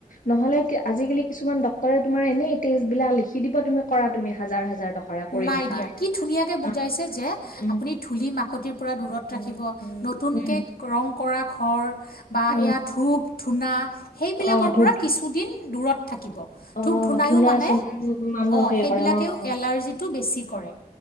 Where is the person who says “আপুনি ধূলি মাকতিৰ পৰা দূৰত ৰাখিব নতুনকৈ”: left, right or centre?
Left